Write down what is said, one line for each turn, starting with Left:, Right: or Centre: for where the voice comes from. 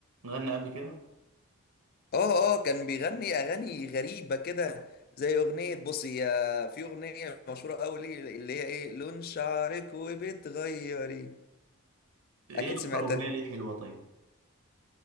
Right: غنى قبل كده
Left: اه اه كان بيغني اغاني غريبه كده زي اغنيه بصي يا في اغنيه مشهوره قوي ليه اللي هي ايه لون شعرك وبتغيري
Right: ايه
Left: اكيد سمعتها
Right: اكتر اغنيه ليه حلوه طيب